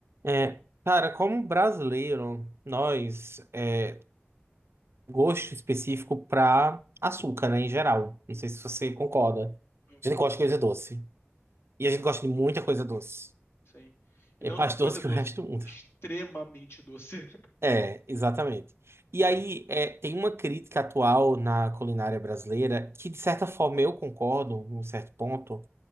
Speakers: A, on the right; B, on the left.
A: É, cara, como brasileiro, nós é gosto específico pra açúcar, né, em geral.
B: Sim,
A: Não sei se você concorda.
B: Eu concordo,
A: A gente gosta de coisa doce. E a gente gosta de muita coisa doce.
B: sim. E
A: É
B: não
A: mais
B: só coisa
A: <laughs> doce
B: doce,
A: que o resto do mundo.
B: extremamente doce.
A: É, exatamente. E aí,
B: <laughs>
A: é, tem uma crítica atual na culinária brasileira que, de certa forma, eu concordo, num certo ponto,